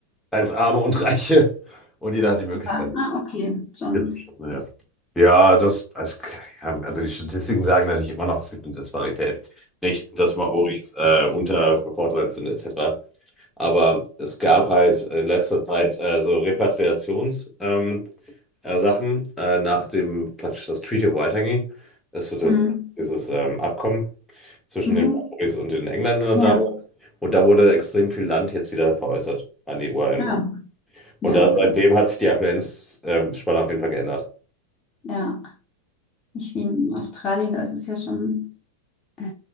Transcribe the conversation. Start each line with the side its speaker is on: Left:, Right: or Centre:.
Centre: als Arme und Reiche und jeder hat die Möglichkeit.
Left: ja, ah, okay, schon.
Centre: hier zu Ja, ja das, als, also die Statistiken sagen natürlich immer noch, es gibt eine Disparität. Nicht, dass Maoris äh, unterbevorteilt sind, etc. Aber es gab halt in letzter Zeit äh, so Repatriations, ähm, äh, Sachen äh, nach dem praktisch das Treaty of Waitangi, das ist so
Left: Mhm.
Centre: das, dieses ähm, Abkommen zwischen
Left: Mhm.
Centre: den Maoris und den Engländern
Left: Ja,
Centre: damals. Und da wurde extrem viel Land jetzt wieder veräußert an die Ureinwohner.
Left: ja, ja,
Centre: Und da,
Left: okay.
Centre: seitdem hat sich die Affluenzspanne auf jeden Fall geändert.
Left: Ja, nicht wie in Australien, da ist es ja schon, äh,